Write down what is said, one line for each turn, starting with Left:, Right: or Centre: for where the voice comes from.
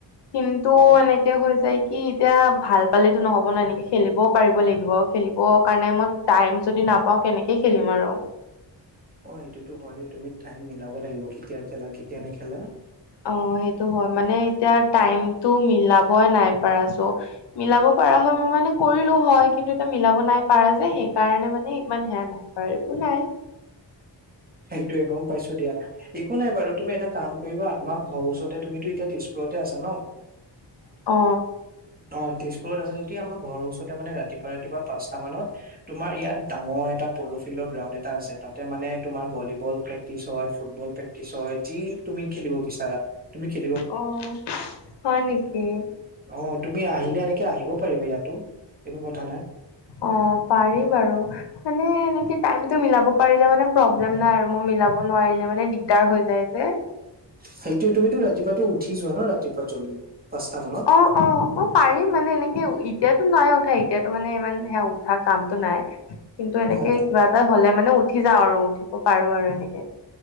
Left: কিন্তু
Right: অ
Left: এনে তে হৈ যায় কি এতিয়া ভাল পালেতো নহ'ব ন, এনেকে খেলিবও পাৰিব লাগিব। খেলিব কাৰণে মই টাইম যদি নাপাওঁ কেনেকে খেলিম আৰু।
Right: অ, এইটোতো হয় দে। তুমি টাইম মিলাব লাগিব। কেতিয়া খেলা কেতিয়া নেখেলা।
Left: অ, সেইটো হয় মানে এতিয়া টাইমটো মিলাবই নাই পাৰা চ'। মিলাব পাৰা হয় মই মানে কৰিলো হয়। কিন্তু এতিয়া মিলাব নাই পাৰা যে সেইকাৰণে মানে ইমান সেয়া নাই ৰা একো নাই।
Right: সেইটোৱে, গম পাইছো দিয়া। একো নাই বাৰু তুমি এটা কাম কৰিবা? আমাক ঘৰ ওচৰতে তুমিতো এতিয়া তেজপুৰতে আছা ন? <inaudible>
Left: অ।
Right: অ, তেজপুৰত আছে যদি আমাৰ ঘৰৰ ওচৰতে মানে ৰাতিপুৱা ৰাতিপুৱা পাঁচটা মানত তোমাৰ ইয়াত ডাঙৰ এটা প'ল' ফিল্ডৰ গ্ৰাউণ্ড এটা আছে। তাতে মানে তোমাৰ ভলীবল প্ৰেক্টিচ হয়, ফুটবল প্ৰেক্টিচ হয়। যি তুমি খেলিব বিচাৰা। তুমি খে
Left: অ, হয় নেকি?
Right: অ, তুমি আহিলে এনেকে আহিব পাৰিবা ইয়াতো। একো কথা নাই।
Left: অ, পাৰি বাৰু। মানে এনেকে টাইমটো মিলাব পাৰিলে মানে প্ৰব্লেম নাই আৰু মই মিলাব নোৱাৰিলে মানে দিগ দাৰ হৈ যায় যে।
Right: সেইটোৱে, তুমিতো ৰাতিপুৱাতো উঠি যোৱা ন, ৰাতিপা জল্দি পাঁচটা মানত।
Left: অ', অ', অ পাৰিম মানে এনেকে এতিয়াতো নাই উঠা। এতিয়াতো মানে ইমান সে উঠা কামটো নাই। কিন্তু এনেকে
Right: অ
Left: কিবা এটা হলে মানে উঠি যাওঁ আৰু উঠিব পাৰো আৰু এনেকে।